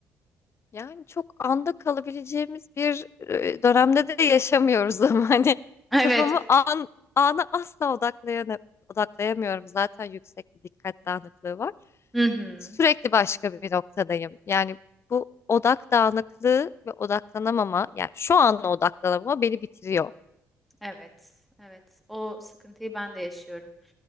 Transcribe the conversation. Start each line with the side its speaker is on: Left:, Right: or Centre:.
Left: Yani çok anda kalabileceğimiz bir e, dönemde de yaşamıyoruz <laughs> ama hani
Centre: <laughs>
Left: kafamı
Centre: Evet.
Left: an, ana asla odaklayan, odaklayamıyorum. Zaten yüksek bir dikkat dağınıklığı var.
Centre: Hı hı.
Left: Sürekli başka bir noktadayım. Yani bu odak dağınıklığı ve odaklanamama, yani şu an odaklanamama beni bitiriyor.
Centre: Evet, evet. O sıkıntıyı ben de yaşıyorum.